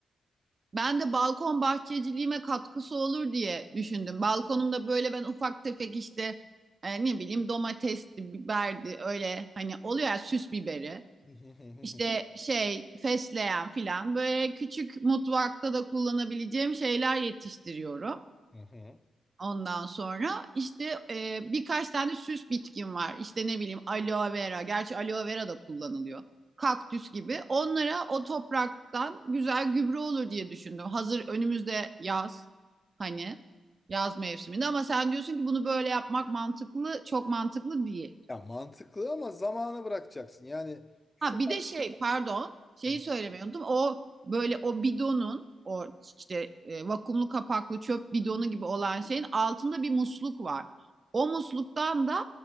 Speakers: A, on the right (about 45°); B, on the left (about 25°).
A: Ben de balkon bahçeciliğime katkısı olur diye düşündüm. Balkonumda böyle ben ufak tefek işte e, ne bileyim domatesti, biberdi öyle hani oluyor ya süs biberi.
B: Hı hı hı
A: İşte
B: hı
A: şey fesleğen filan böyle küçük mutfakta da kullanabileceğim şeyler yetiştiriyorum.
B: hı hı.
A: Ondan sonra işte e, birkaç tane süs bitkin var. İşte ne bileyim aloe vera. Gerçi aloe vera da kullanılıyor. Kaktüs gibi. Onlara o topraktan güzel gübre olur diye düşündüm. Hazır önümüzde yaz. Hani yaz mevsiminde ama sen diyorsun ki bunu böyle yapmak mantıklı, çok mantıklı değil.
B: Ya mantıklı ama zamana bırakacaksın. Yani şu
A: Ha bir de şey pardon şeyi
B: Hı hı.
A: söylemeyi unuttum. O böyle o bidonun o işte e, vakumlu kapaklı çöp bidonu gibi olan şeyin altında bir musluk var. O musluktan da